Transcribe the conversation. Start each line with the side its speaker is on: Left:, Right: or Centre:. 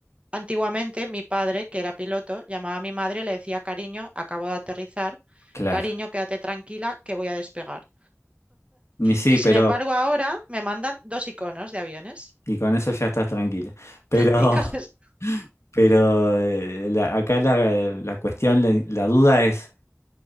Right: Antiguamente, mi padre, que era piloto, llamaba a mi madre y le decía, cariño, acabo de aterrizar,
Left: Claro.
Right: cariño, quédate tranquila, que voy a despegar.
Left: Y sí,
Right: Y
Left: pero
Right: sin embargo, ahora me mandan dos iconos de aviones.
Left: Y con eso ya estás tranquila. Pero,
Right: <laughs> Y con
Left: <laughs>
Right: es-
Left: pero eh, la- acá la, la cuestión, la, la duda es